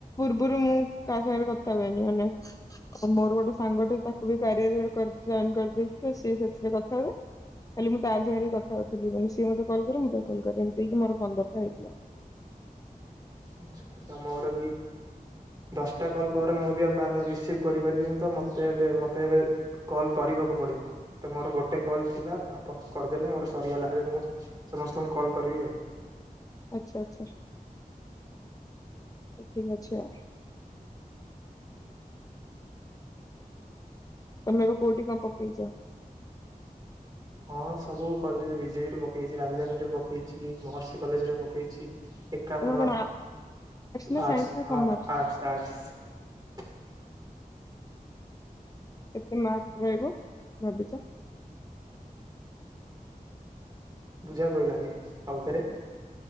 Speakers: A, on the left; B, on the right.
A: ପୂର୍ବରୁ ମୁଁ କାହା ସାଙ୍ଗରେ କଥା ହୁଏନି। ମାନେ ମୋର ଗୋଟେ ସାଙ୍ଗଟେ ତାକୁ ବି କାରିଆ ରେ କର ଜଏନ୍ କରିଦେଇଥିଲେ। ସିଏ ସେଥିରେ କଥା ହୁଏ। ଖାଲି ମୁଁ ତାରି ସାଙ୍ଗରେ କଥା ହଉଥିଲି। ମାନେ ସିଏ ମତେ କଲ୍ କରେ ମୁଁ ତାକୁ କଲ୍ କରେ। ଏମିତି ହେଇକି ମୋର ପନ୍ଦରଟା ହେଇଥିଲା।
B: ଆଚ୍ଛା ଆଚ୍ଛା ମୋର ବି ଦଶଟା କଲ୍ ପରେ ମୁଁ ବି ଆଉ କାର ରିସିଭ୍ କରିପାରିବିନି। ତ ମୋତେ ଏବେ ମୋତେ ଏବେ କଲ୍ କରିବାକୁ ପଡିବ। ତ ମୋର ଗୋଟେ କଲ୍ ଥିଲା ତ ଆପଣ କରିଦେଲେ ମୋର ସରିଗଲା। ଏବେ ମୁଁ ସମସ୍ତଙ୍କୁ କଲ୍ କରିବି ଆଉ।
A: ଆଚ୍ଛା ଆଚ୍ଛା। ଠିକ୍ ଅଛି ଆଉ। ତମେ ଏବେ କୋଉଠି ପ ପକେଇଛ।
B: ହଁ ସବୁ କଲେଜ୍ ବିଜେପିରେ ପକେଇଛି। ରାଜଧାନୀ ରେ ପକେଇଛି। ମହର୍ଷି କଲେଜ୍ ରେ ପକେଇଛି। ଏକାମ୍ବର
A: ତମର କଣ ନା
B: ଆର୍ଟସ
A: ସାଇନ୍ସ ନା କମର୍ସ
B: ହଁ ଆର୍ଟସ ଆର୍ଟସ।
A: କେତେ ମାର୍କ ରହିବ। ଭାବିଛ।
B: ବୁଝା ପଇଲାନି ଆଉଥରେ।